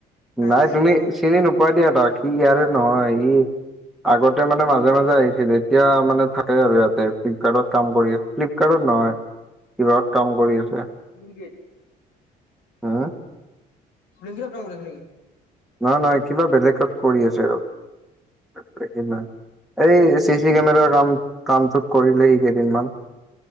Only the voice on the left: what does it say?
হা
হা
এডাম
কিংকে
লিংগেত কাম কৰি আছে নেকি?